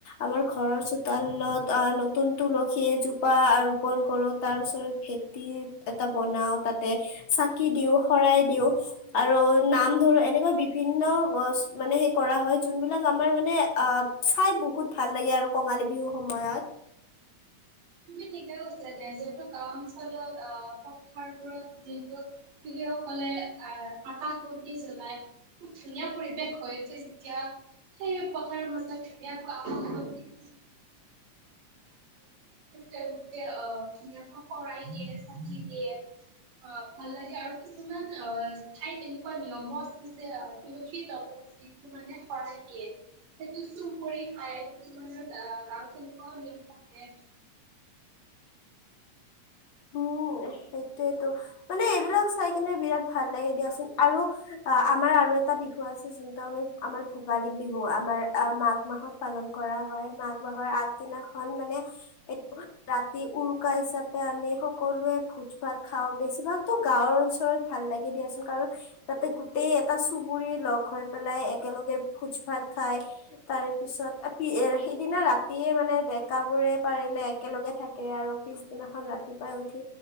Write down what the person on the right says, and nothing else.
তুমি ঠিকে কৈছিলা দিয়া, যিহেতু গাও অঞ্চলত আহ পথাৰবোৰত যিহেতু পিলি সকলে আহ আকাশ বন্তি জ্বলাই। খুব ধুনীয়া পৰিৱেশ হৈ উঠে। যেতিয়া সেই পথাৰৰ মাজত ধুনীয়াকৈ আকাশ বন্তি <unintelligible> তেওঁলোকে অ' ধুনীয়াকৈ পঢ়াই দিয়ে, <unintelligible> দিয়ে অ' ভাল লাগে আৰু কিছুমান ঠাইত এনেকুৱা নিয়মো আছে যে তলত যিটো মানে শৰাই দিয়ে সেইটো চুৰ কৰি খায়, কিছুমানে আহ আ তেনেকুৱাও গেম থাকে।